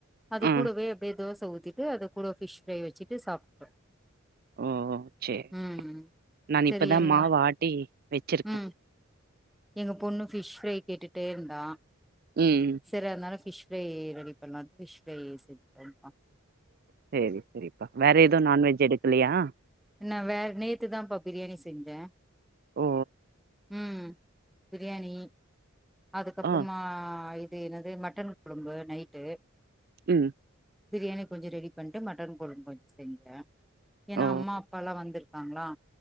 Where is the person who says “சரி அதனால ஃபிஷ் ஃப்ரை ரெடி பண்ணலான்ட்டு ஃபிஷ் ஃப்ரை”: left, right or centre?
Centre